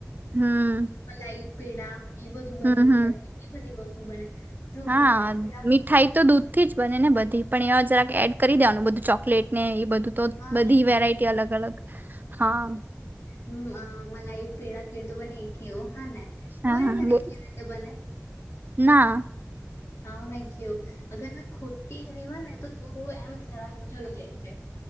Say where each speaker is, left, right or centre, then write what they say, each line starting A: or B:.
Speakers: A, on the right; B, on the left.
A: હમ
B: મલાઈ પેડા એ બધું બની
A: હમ હમ
B: જાય કેટલી બધી વસ્તુ સ્તુ બને જો
A: હા
B: મલાઈ પેડા
A: મીઠાઈ તો દૂધ થી જ બને ને બધી પણ એવા જ રાખ એડ કરી દેવાનું બધું ચોકલેટ ને એ બધું તો તો
B: હા
A: બધી
B: એજ
A: વેરાયટી અલગ અલગ હા
B: હમ આ મલાઈ પેડા કેવી રીતે બને ઈ ક્યોં હા ને
A: હા
B: ખબર એ તને
A: બોલ
B: કેવી રીતે બને
A: ના
B: હા મેં ક્યું અગર મેં ખોટી રેવા ને તો તુ એમ જરા જોઈ લેજે